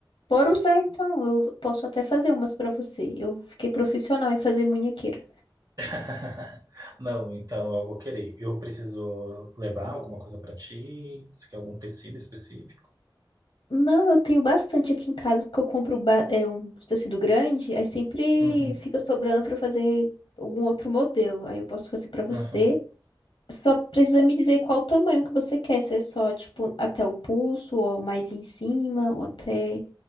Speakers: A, on the left; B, on the right.
A: por usar, então, eu posso até fazer umas pra você. Eu fiquei profissional em fazer munhequeira.
B: <laughs> Não, então eu vou querer. Eu preciso levar alguma coisa pra ti? Você quer algum tecido específico?
A: Não, eu tenho bastante aqui em casa, porque eu compro ba- é, um tecido grande, aí sempre
B: Uhum,
A: fica sobrando pra eu fazer algum outro modelo. Aí eu posso fazer pra você.
B: uhum.
A: Só precisa me dizer qual o tamanho que você quer, se é só, tipo, até o pulso, ou mais em cima, ou até